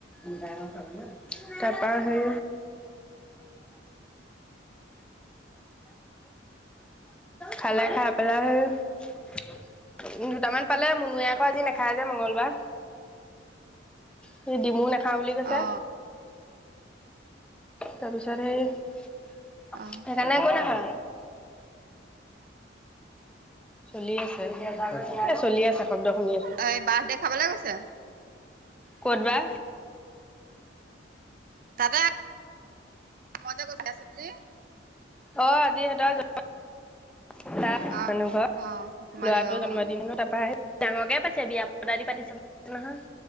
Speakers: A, in the centre; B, on the right.
A: উন্দ কাব তাৰপা সেই খালে খাই পেলাই সেই দুটামান পালে মুনুৱে আকৌ আজি নাখায় যে মংগলবাৰ সেই ডিমু নাখায় খাঁ বুলি কৈছে
B: অ
A: তাৰপিছত সেই সেইকাৰণে
B: অ
A: একো <unintelligible> চলি আছে, এই চলি আছে শব্দ শুনি আছোঁ।
B: এই বাৰ্থ ডে খাবলৈ গৈছে
A: ক'ত বা?
B: তাতে মজা কৰি আছে বুলি।
A: অ', আজি সিহঁতৰ <unintelligible>
B: অ
A: মানুহ ঘৰত,
B: অ মালিগাঁও
A: ল'ৰাটো জন্মদিনত
B: ঘৰ
A: তাৰপৰা আহে ডাঙৰকে পাতিছে, বিয়া পতা দি পাতিছে নহয়,